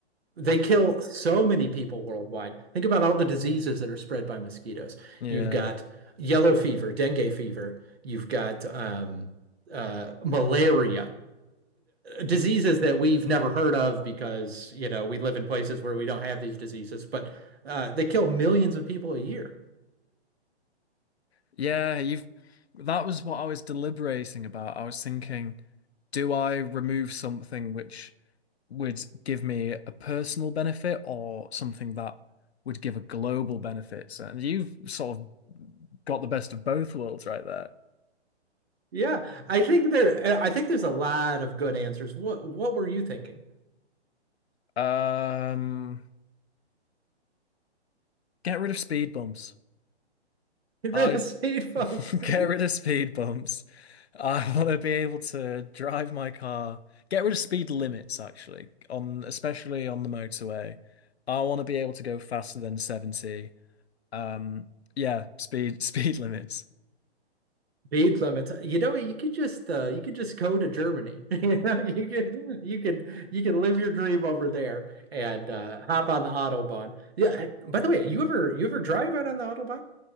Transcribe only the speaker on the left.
yeah
Yeah, you've that was what I was deliberating about. I was thinking, do I remove something which would give me a personal benefit or something that would give a global benefit? So- And you've sort of got the best of both worlds right there.
Um, get rid of speed bumps.
I
<laughs> get
rid of speed bumps. I want to be able to drive my car. Get rid of speed limits, actually, on especially on the motorway. I want to be able to go faster than 70. Um, yeah, speed <laughs> speed limits.